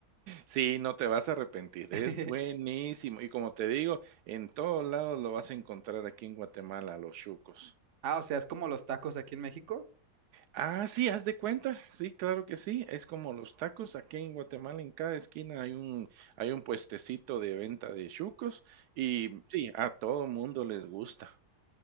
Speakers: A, on the right (about 80°); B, on the right (about 55°).
A: Sí, no te vas a arrepentir,
B: <laughs>
A: es buenísimo. Y como te digo, en todos lados lo vas a encontrar aquí en Guatemala, los chucos.
B: Ah, o sea, es como los tacos aquí en México.
A: Ah, sí, haz de cuenta. Sí, claro que sí. Es como los tacos. Aquí en Guatemala, en cada esquina hay un, hay un puestecito de venta de chucos y sí, a todo mundo les gusta.